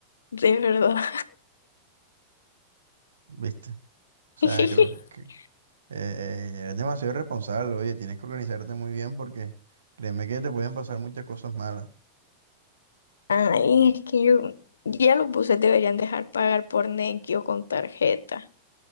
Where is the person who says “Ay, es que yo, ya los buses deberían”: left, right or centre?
Left